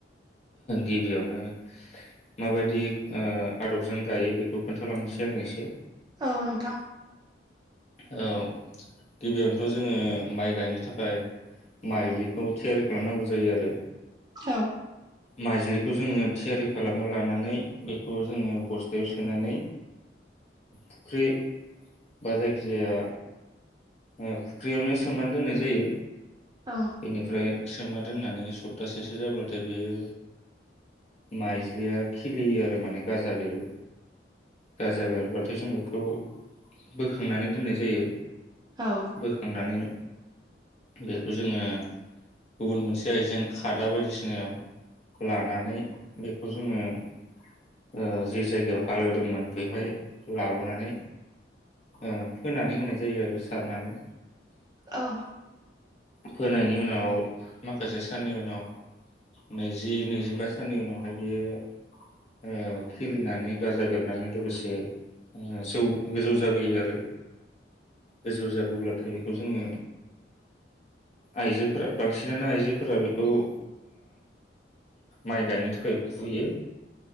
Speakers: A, on the left (about 35°); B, on the right (about 20°).
A: गिबियावनो माबायदि आदबजों गायो बेखौ खोन्थालांनोसै आंङो एसे
B: औ नोंथां
A: ओ गिबियावनोथ' जोङो माइ गायनो थाखाय माइलिखौ थियारि खालामनांगौ जायो आरो
B: औ
A: माइज्लिखौ जोङो थियारि खालामना लानानै बेखौ जोङो बस्थायाव सोनानै फुख्रि बा जाय ख्रिया अ फुख्रियावनो सोमनानै दोननाय जायो
B: औ
A: बेनिफ्राय सोमना दोननानै सप्तासेसो जाब्लाथाय बेयो माइज्लिया खिलियो आरो माने गाजा बेरो गाजा बेरब्लाथाय जों बेखौ बोखांनानै दोननाय जायो
B: औ
A: बोखांनानै बेखौ जोङो गुबुन मोनसे आइजें खादा बायदिसिनायाव लानानै बेखौ जोङो ओ जि जायगायाव हालेवदोंमोन बेवहाय लाबोनानै ओ फोनानै होनाय जायो आरो सारनानै
B: औ
A: फोनायनि उनाव माखासे साननि उनाव नैजि नैजिबा साननि उनावहाय बियो ओ खिलिनानै गाजा बेरनानै लोगोसे ओ जौ गोजौ जाबोयो आरो गोजौ जाबोब्लाथाय बेखौ जोङो आइजोफोरा बांसिनानो आइजोफोरा बेखौ ओ माइ गायनो थाखाय फुयो।